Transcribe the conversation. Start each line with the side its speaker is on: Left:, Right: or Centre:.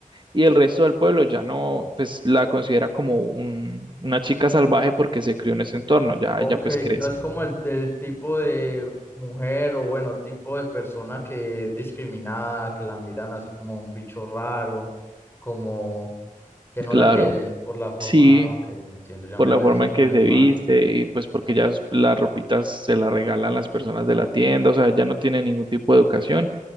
Right: y el resto del pueblo ya no, pues la considera como un- una chica salvaje porque se crió en ese entorno, ya
Left: Ok,
Right: ella pues crece.
Left: no es como el, del tipo de mujer o bueno, tipo de persona que es discriminada, que la miran así como un bicho raro, como que no
Right: Claro,
Left: la quieren por la forma.
Right: sí,
Left: Ah, ok, entiendo, ya
Right: por
Left: me
Right: la
Left: voy
Right: forma
Left: haciendo
Right: en que
Left: una
Right: se
Left: imagen.
Right: viste
Left: Ok.
Right: y pues porque ya s- las ropitas se las regalan las personas de la tienda, o sea, ella no tiene ningún tipo de educación